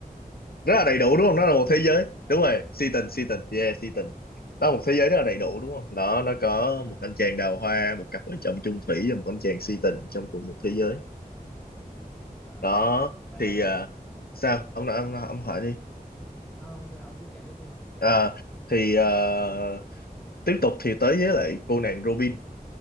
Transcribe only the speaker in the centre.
Sĩ
tình
sĩ
tình.
À
à
à
à.
Vậy
là
à.
Không sao ông cứ kể tiếp đi.